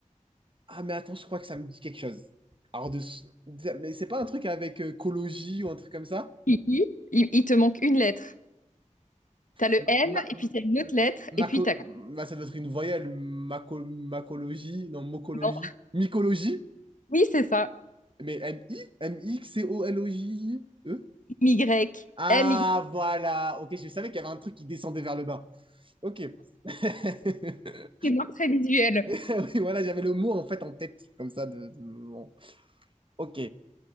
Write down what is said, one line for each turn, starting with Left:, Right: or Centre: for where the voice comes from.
Right: Ah, mais attends, je crois que ça me dit quelque chose. Alors, de... mais c'est pas un truc avec euh, cologie ou un truc comme ça?
Left: I, I, il, il te manque une lettre. T'as le
Right: Ma...
Left: M
Right: ma-
Left: et puis t'as une autre lettre
Right: maco-
Left: et puis t'as...
Right: ma- ça doit être une voyelle. Maco- Macologie? Non, mocologie.
Left: Non.
Right: Mycologie?
Left: Oui, c'est ça.
Right: Mais M-I? M-I-C-O-L-O-J-I-E?
Left: Y,
Right: Ah,
Left: M Y.
Right: voilà. Ok, je savais qu'il y avait un truc qui descendait vers le bas. Ok. <laughs>
Left: C'est moi très visuel.
Right: Oui, voilà, j'avais le mot en fait en tête, comme ça. De, de- bon. Ok.